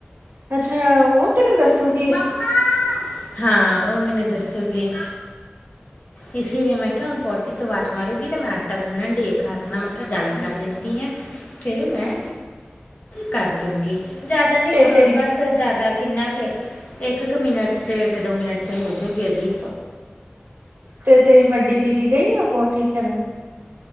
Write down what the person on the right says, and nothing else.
ਅੱਛਾ, ਉਹ ਤੈਨੂੰ ਦੱਸੂਗੀ।
ਤੇ
ਤੇਰੀ
ਤੇ ਤੇਰੀ ਵੱਡੀ ਦੀਦੀ ਗਈ ਆ ਪੋਠੀ ਕਰਨ,